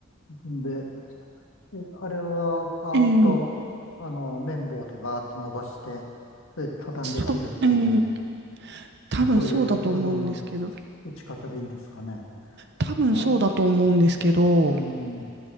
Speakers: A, on the left; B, on the right.
A: で、えあれは、ああと、
B: ええ
A: あの、綿棒でバーって伸ばして、それで畳んで切るっていう、
B: そう、ええ多分そうだと思うんですけど、
A: そういううどんの打ち方でいいんですかね。
B: 多分そうだと思うんですけど、
A: じゃあ、うん。